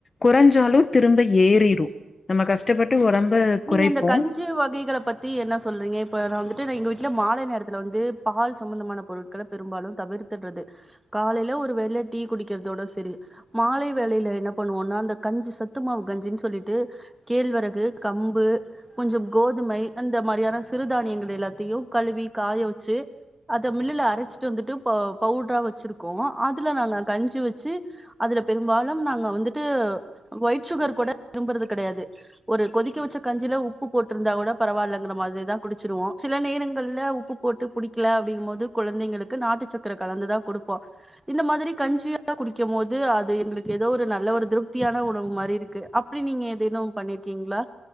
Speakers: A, on the left; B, in the centre.
A: கொறஞ்சாலு திரும்ப ஏறிரு நம்ம கஷ்டப்பட்டு ஒடம்ப குறைப்போ
B: நீங்க இந்த கஞ்சு வகைகள பத்தி என்ன சொல்றீங்க இப்ப நா வந்து ட்டு நா எங்க வீட்டுல மாலை நேரத்துல வந்து பால் சம்பந்தமான பொருட்கள பெரும்பாலு தவிர்த்துடுறது காலையில ஒரு வேள டீ குடிக்கிறதோட சரி மாலை வேளையில என்ன பண்ணுவோனா அந்த கஞ்சு சத்துமாவு கஞ்சுன்னு சொல்லிட்டு கேழ்வரகு கம்பு கொஞ்சொ கோதுமை அந்த மாதிரியான சிறுதானியங்கள் எல்லாத்தையு கழுவி காய வச்சு அத மில்லுல அரைச்சிட்டு வந்துட்டு ப பவுட்ரா வச்சிருக்கோ அதுல நாங்க கஞ்சி வச்சு அதுல பெரும்பாலும் நாங்க வந்துட்டு ஒயிட் சுகர் கூட விரும்புறது கெடையாது ஒரு கொதிக்க வச்ச கஞ்சியில உப்பு போட்டிருந்தா கூட பரவாயில்லங்கிற மாதிரிதா குடிச்சிருவோ சில நேரங்கள்ல உப்பு போட்டு குடிக்கல அப்படிங்க போது குழந்தைங்களுக்கு நாட்டு சக்கர கலந்துதா குடுப்போ இந்த மாதிரி கஞ்சியா குடிக்கம்போது அது எங்களுக்கு எதோ ஒரு நல்ல ஒரு திருப்தியான உணவு மாரி இருக்கு அப்டி நீங்க ஏதேனு பண்ணிருக்கீங்களா